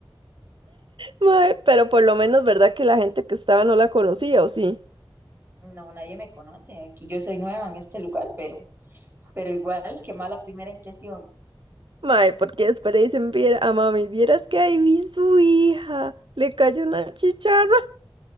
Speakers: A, on the right (about 70°); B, on the right (about 25°).
A: Mae, pero por lo menos, ¿verdad que la gente que estaba no la conocía o sí?
B: No, nadie me conoce, aquí yo soy nueva en este lugar, pero, pero igual, qué mala primera impresión.
A: Mae, porque después le dicen "Viera- a mami, vieras que ahí vi su hija, le cayó una chicharra.